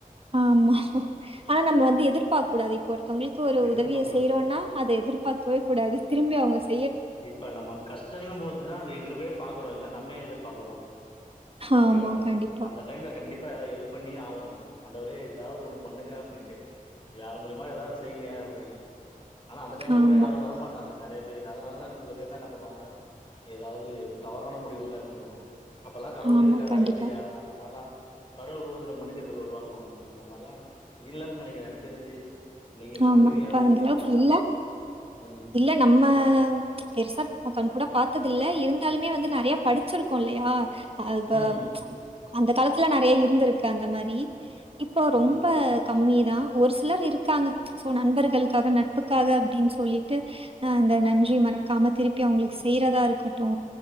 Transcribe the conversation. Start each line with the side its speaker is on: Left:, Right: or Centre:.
Right: ஆமா ஆனா நம்ம வந்து எதிர்பாக் கூடாது இப்ப ஒர்த் ஒருத்தவங்ளுகுக் ஒரு
Left: எதிர்பார்க்க
Right: உதவிய
Left: கூடாதா
Right: செய்றோன்னா அத எதிர்பாக்கவே கூடாது திரும்பி அவங்கஸ்
Left: இப்ப நம்ம கஷ்டன்னும் போதுதா அது எதிர்வே பாகுறோ இல்ல நம்ம ஏ எதிர்பாகுறோ ஓகேவா
Right: ஆமா. கண்டிப்பா,
Left: அந்த டைம்ல கண்டிப்பா யாராவது ஹெல்ப் பண்ணியே ஆவணு அண்டவரே ஏதாவது ஒன்னுப் பண்ணுங்க அப்டின்டு யார் மூலியமா ஏதாவது செய்ங்க அப்டின் ஆனா அந்த டைம்ல
Right: ஆமா,
Left: கூட யாரு வரமாட்டாங்க நறையப் இப்ப அதுக்கு அதனாலதா சில பேர்லா என்ன பண்ணுவாங்க ஏதாவது தவறான முடிவுகள் எல்லா எடுத்துருவாங்க கடவுள்
Right: ஆமா.
Left: இருக்காரா
Right: கண்டிப்பா.
Left: இல்லியா அந்த மாரிலா கடவுள் உருவத்துல மனிதர்கள் வருவாழுனுவாங்க அந்த மாரிலாம இல்லன்னு நெனிக்குற எனக்கு தெரிஞ்சு நீங்க
Right: ஆமா
Left: சொல்றீங்க
Right: இப்ப
Left: ஓகே
Right: அந்த அளவுக்கில்ல
Left: நா ம்
Right: இல்ல நம்ம ம்ச் பெருசா கண் கூட பாத்ததில்ல இருந்தாலுமே வந்து நறையப் படிச்சிருக்கோ இல்லையா அப்ப
Left: ம்
Right: ம்ச் அந்த காலத்துல நறைய இருந்துருக்கு அந்த மார் வி இப்போ ரொம்ப
Left: ம்
Right: கம்மி தா ஒரு சிலர் இருக்காங்க சோ நண்பர்களுக்காக நட்புக்காக அப்டின் சொல்லிட்டு அ இந்த நன்றி மறக்காம திருப்பி அவங்களுக்கு செய்யுறதா இருக்கட்டு